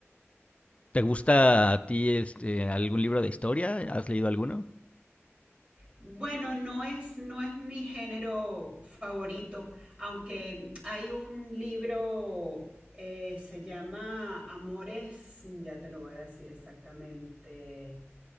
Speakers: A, on the left (about 25°); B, on the right (about 25°).
A: ¿Te gusta a ti este, algún libro de historia? ¿Has leído alguno?
B: Bueno, no es, no es mi género favorito, aunque hay un libro, eh, se llama Amores, ya te lo voy a decir exactamente.